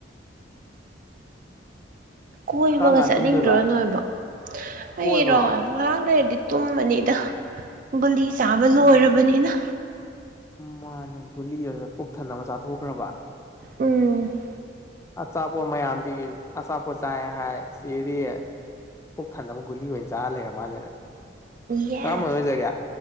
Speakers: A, on the right; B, on the left.
A: ꯀꯣꯏꯕꯒ
B: ꯀꯔꯝ ꯀꯥꯟꯗ
A: ꯆꯠꯅꯤꯡꯗ꯭ꯔ
B: ꯇꯨꯝꯗꯣꯏꯕ
A: ꯅꯣꯏꯕꯣ
B: ꯀꯣꯏꯕ꯭ꯔꯣ
A: ꯑꯩꯔꯣ ꯉꯔꯥꯡ ꯂꯩꯔꯗꯤ ꯇꯨꯝꯕꯅꯤꯗ ꯒꯨꯂꯤ ꯆꯥꯕ ꯂꯣꯏꯔꯕꯅꯤꯅ
B: ꯎꯝ ꯃꯥꯅꯦ ꯒꯨꯂꯤ ꯑꯗꯨ ꯄꯨꯛ ꯊꯟꯅꯕ ꯆꯥꯊꯣꯛꯈ꯭ꯔꯕ
A: ꯎꯝ
B: ꯑꯆꯥꯄꯣꯠ ꯃꯌꯥꯝꯗꯤ ꯑꯆꯥꯄꯣꯠ ꯆꯥꯏ ꯍꯥꯏ ꯁꯤꯗꯤꯌꯦ ꯄꯨꯛ ꯊꯟꯅꯅꯕ ꯒꯨꯂꯤ ꯑꯣꯏꯅ ꯆꯥꯔ ꯂꯩꯔ ꯃꯥꯜꯂꯦꯅꯦ
A: ꯌꯦꯁ
B: ꯀꯔꯝꯕꯅ ꯑꯣꯏꯖꯒꯦ